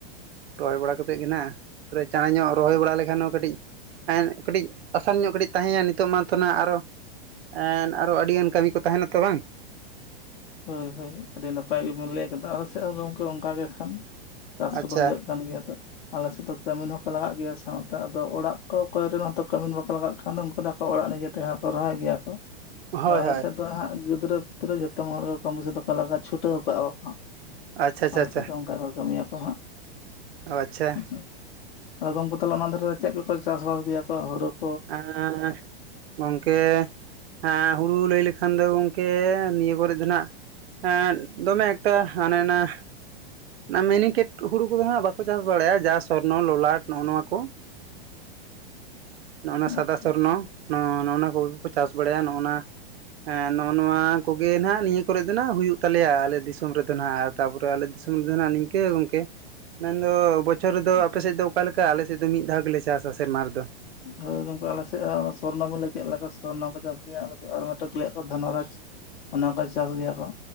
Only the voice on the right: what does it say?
ᱨᱚᱦᱚᱭ ᱵᱟᱲᱟ ᱠᱟᱛᱮ ᱜᱮ ᱱᱟᱦᱟᱸᱜ ᱨᱮ ᱪᱟᱬᱮ ᱧᱚᱜ ᱨᱚᱦᱚᱭ ᱵᱟᱲᱟ ᱞᱮᱠᱷᱟᱱ ᱦᱚᱸ ᱠᱟᱹᱴᱤᱡ <unintelligible> ᱠᱟᱹᱴᱤᱡ ᱟᱥᱟᱱ ᱧᱚᱜ ᱠᱟᱹᱴᱤᱡ ᱛᱟᱦᱮᱸᱭᱟ ᱱᱤᱛᱚᱜ ᱢᱟ ᱛᱚ ᱱᱟᱦᱟᱸᱜ ᱟᱨᱦᱚ ᱮᱱ ᱟᱨᱚ ᱟᱹᱰᱤᱜᱟᱱ ᱠᱟᱹᱢᱤ ᱠᱚ ᱛᱟᱦᱮᱱᱟ ᱛᱚ ᱵᱟᱝ
ᱟᱪᱪᱷᱟ
ᱦᱳᱭ
ᱦᱳᱭ
ᱟᱪᱪᱷᱟ ᱟᱪᱪᱷᱟ
ᱟᱪᱪᱷᱟ
ᱚ ᱟᱪᱪᱷᱟ
ᱮᱸᱻ ᱜᱚᱝᱠᱮ ᱮᱸ ᱦᱩᱲᱩ ᱞᱟᱹᱭ ᱞᱮᱠᱷᱟᱱ ᱫᱚ ᱜᱚᱝᱠᱮ ᱱᱤᱭᱟᱹ ᱠᱚᱨᱮ ᱫᱚ ᱱᱟᱦᱟᱸᱜ ᱮᱸᱫ ᱫᱚᱢᱮ ᱮᱠᱴᱟ ᱦᱟᱱᱮ ᱦᱟᱱᱟ ᱚᱱᱟ ᱢᱮᱱᱤᱱᱤᱠᱮᱴ ᱦᱩᱲᱩ ᱠᱚᱫᱚ ᱦᱟᱸᱜ ᱵᱟᱠᱚ ᱪᱟᱥ ᱵᱟᱲᱟᱭᱟ ᱡᱟ ᱥᱚᱨᱱᱚ ᱞᱚᱞᱟᱴ ᱱᱚᱜ-ᱚ ᱱᱚᱶᱟ ᱠᱚ ᱱᱚᱜ-ᱚ ᱱᱟ ᱥᱟᱫᱟ
ᱥᱚᱨᱱᱚ ᱱᱚ ᱱᱚᱜ-ᱚ ᱱᱟ ᱠᱚᱜᱮ ᱠᱚ ᱪᱟᱥ ᱵᱟᱲᱟᱭᱟ ᱱᱚᱜ-ᱚ ᱱᱟ ᱦᱮᱸ ᱱᱚᱜ-ᱚ ᱱᱚᱶᱟ ᱠᱚ ᱜᱮ ᱱᱟᱦᱟᱸᱜ ᱱᱤᱭᱟᱹ ᱠᱚᱨᱮ ᱫᱚ ᱱᱟᱦᱟᱜ ᱦᱩᱭᱩᱜ ᱛᱟᱞᱮᱭᱟ ᱟᱞᱮ ᱫᱤᱥᱚᱢ ᱨᱮᱫᱚ ᱱᱟᱦᱟᱜ ᱛᱟᱯᱚᱨᱮ ᱟᱞᱮ ᱫᱤᱥᱚᱢ ᱨᱮᱫᱚ ᱱᱟᱦᱟᱸᱜ ᱱᱤᱝᱠᱟᱹ ᱜᱚᱝᱠᱮ ᱢᱮᱱᱫᱚ ᱵᱚᱪᱷᱚᱨ ᱨᱮᱫᱚ ᱟᱯᱮᱥᱮᱡ ᱫᱚ ᱚᱠᱟ ᱞᱮᱠᱟ ᱟᱞᱮᱥᱮᱫ ᱫᱚ ᱢᱤᱫ ᱫᱷᱟᱣ ᱜᱮ ᱞᱮ ᱪᱟᱥ-ᱟ ᱥᱮᱨᱢᱟ ᱨᱮ ᱫᱚ